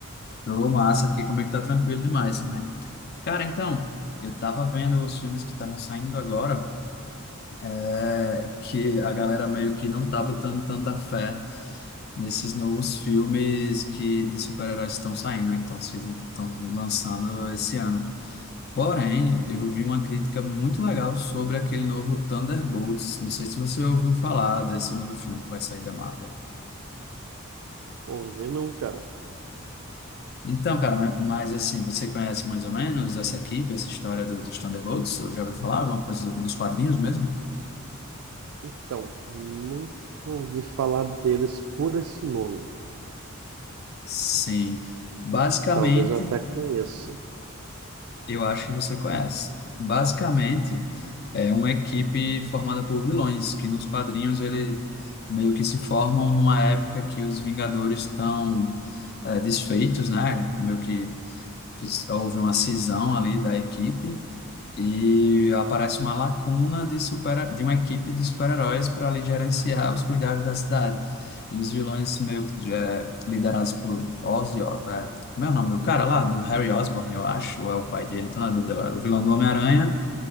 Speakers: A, on the left; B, on the right.
A: Tô massa aqui comigo, tá tranquilo demais também. Cara, então, eu tava vendo os filmes que estavam saindo agora, é, que a galera meio que não tá botando tanta fé nesses novos filmes que de super-heróis estão saindo, né? Que estão sendo, estão lançando esse ano. Porém, eu vi uma crítica muito legal sobre aquele novo Thunderbolts. Não sei se você ouviu falar desse novo filme que vai sair da Marvel.
B: Ouvi não, cara.
A: Então, cara, ma- mas, assim, você conhece mais ou menos essa equipe, essa história do- dos Thunderbolts? Eu já ouvi falar alguma coisa nos quadrinhos mesmo?
B: Então, nunca ouvi falar deles por esse nome.
A: Sim. Basicamente,
B: Talvez eu até conheça.
A: eu acho que você conhece. Basicamente, é uma equipe formada por vilões, que nos quadrinhos ele meio que se formam numa época que os Vingadores estão é, desfeitos, né? Meio que que houve uma cisão ali da equipe. E aparece uma lacuna de, super, de uma equipe de super-heróis para ali gerenciar os cuidados da cidade. E os vilões meio que, eh, liderados por Ozzy, ó, eh, como é o nome do cara lá? Do Harry Osborn, eu acho, ou é o pai dele, tô na dúvida agora. O vilão do Homem-Aranha